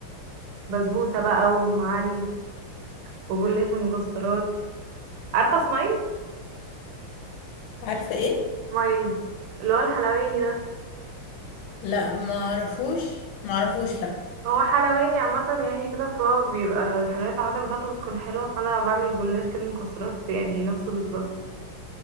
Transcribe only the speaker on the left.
عارفة ايه
لا ما اعرفوش ما اعرفوش لا